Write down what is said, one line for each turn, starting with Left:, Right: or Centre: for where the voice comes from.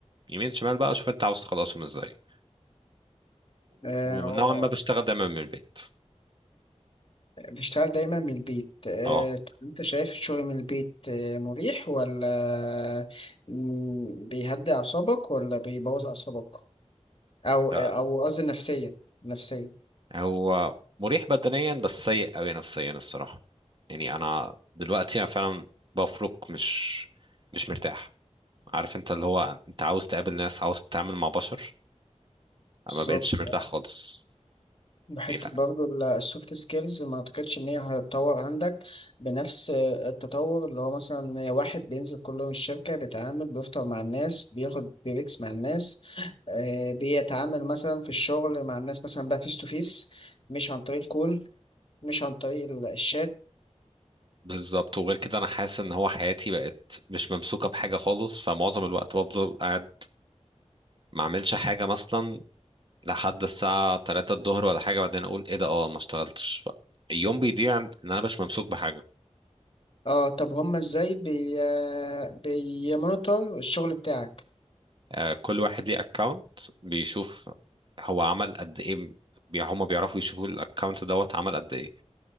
Right: يمين شمال بقى شوف انت عاوز تخلصهم ازاي
Left: آه،
Right: ونوعا
Left: آه،
Right: ما بشتغل دايما من البيت
Left: بتشتغل دايما من البيت آه،
Right: اه
Left: طب انت شايف الشغل من البيت آه، مريح ولا مم، بيهدي اعصابك ولا بيبوظ اعصابك او آه،
Right: آه،
Left: او قصدي نفسيا نفسيا
Right: هو مريح بدنيا بس سيء قوي نفسيا الصراحة يعني انا دلوقتي انا فعلا بفرك مش مش مرتاح عارف انت اللي هو انت عاوز تقابل ناس عاوز تتعامل مع بشر انا
Left: بالظبط
Right: ما بقتش مرتاح خالص
Left: بحتة
Right: يعني ف-
Left: برضه السوفت سكيلز ما اعتقدش ان هي هتتطور عندك بنفس التطور اللي هو مثلا واحد بينزل كل يوم الشركة بيتعامل بيفطر مع الناس بياخد بريكس مع الناس آه، بيتعامل مثلا في الشغل مع الناس مثلا بقى فيس تو فيس مش عن طريق الكول مش عن طريق ال- الشات
Right: بالظبط وغير كده انا حاسس ان هو حياتي بقت مش ممسوكة بحاجة خالص فمعظم الوقت بفضل قاعد ما اعملش حاجة مثلا لحد الساعة 3 الظهر ولا حاجة بعدين اقول ايه ده اه ما اشتغلتش ف- اليوم بيضيع ان انا مش ممسوك بحاجة
Left: اه طب هما ازاي بي آه، بيمونيتور الشغل بتاعك
Right: آه، كل واحد ليه اكونت بيشوف هو عمل قد ايه بي- هما بيعرفوا يشوفوا الاكونت دوت عمل قد ايه